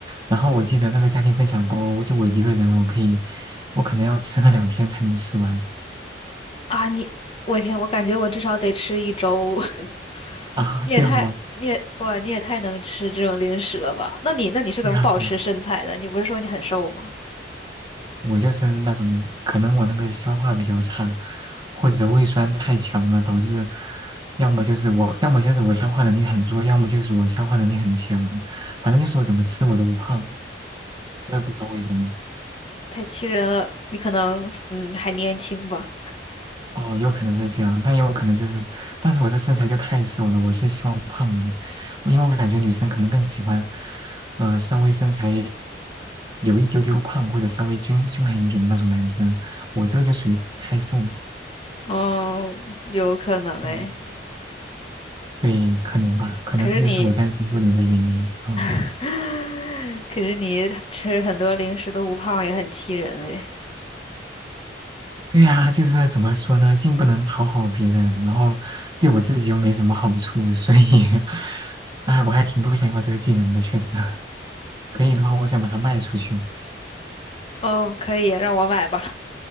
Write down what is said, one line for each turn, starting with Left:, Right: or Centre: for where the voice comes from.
Right: 然后我记得那个家庭分享包，就我一个人我可以，我可能要吃个两天才能吃完。
Left: 啊，你我天，我感觉我至少得吃一周。<laughs>
Right: 啊，
Left: 你也太，
Right: 这样吗？
Left: 你也，哇，你也太能吃这种零食了吧？那你，那你是怎么保持身材的？
Right: 对呀，对呀，
Left: 你不是说你很瘦吗？
Right: 我就是那种，可能我那个消化比较差，或者胃酸太强了，导致要么就是我，要么就是我消化能力很弱，要么就是我消化能力很强，反正就是我怎么吃我都不胖，我也不知道为什么。
Left: 太气人了，你可能，嗯，还年轻吧？
Right: 哦，有可能是这样，但也有可能就是，但是我这身材就太瘦了，我是希望胖一点，因为我感觉女生可能更喜欢，呃，稍微身材有一丢丢胖或者稍微均均衡一点的那种男生，我这个就属于太瘦了。
Left: 嗯，有可能哎。
Right: 嗯，对，可能吧，可能这就是我单身多年的原因。
Left: 可是你，
Right: 嗯，
Left: <laughs> 可是你吃很多零食都不胖，也很气人哎。
Right: 对呀，就是怎么说呢，既不能讨好别人，然后对我自己又没什么好处，所以，<laughs> 哎，我还挺不想要这个技能的，确实。可以的话，我想把它卖出去。
Left: 哦，可以，让我买吧，